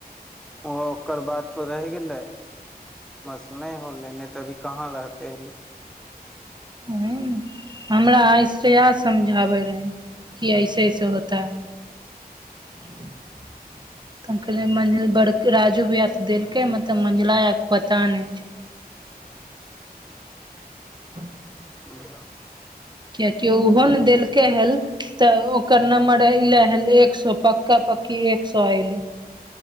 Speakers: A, in the centre; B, on the right.
A: ओ ओकर बात पर रहि गेलै बस नइ होले ने तऽ अभी कहाँ रहते
B: ओह हमरा आय श्रया समझाबै रहै कि ऐसे ऐसे होता है <inaudible> तऽ हम कहलियै मंजिल बड़ राजू भैया तऽ देलकै मत तब मझिला भैया क पता नहि छै <inaudible>
A: <inaudible>
B: कियकि ओहो न देलकै हल तऽ ओकर नम्बर अयले हल एक सौ पक्का पक्की एक सौ ऐले